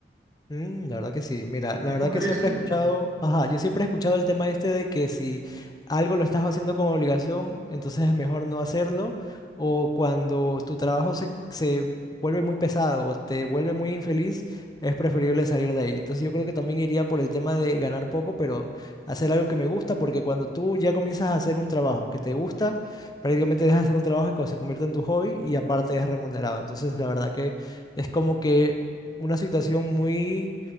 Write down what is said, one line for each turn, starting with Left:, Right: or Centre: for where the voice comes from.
Left: Mm, la verdad que sí. Mira, la
Right: ¿Qué escogerías
Left: verdad que siempre
Right: tú?
Left: he escuchado, ajá, yo siempre he escuchado el tema este de que si algo lo estás haciendo como obligación, entonces es mejor no hacerlo, o cuando tu trabajo se, se vuelve muy pesado o te vuelve muy infeliz, es preferible salir de ahí. Entonces yo creo que también iría por el tema de ganar poco, pero hacer algo que me gusta, porque cuando tú ya comienzas a hacer un trabajo que te gusta, prácticamente dejas de hacer un trabajo que se convierte en tu hobby y aparte es remunerado. Entonces la verdad que es como que una situación muy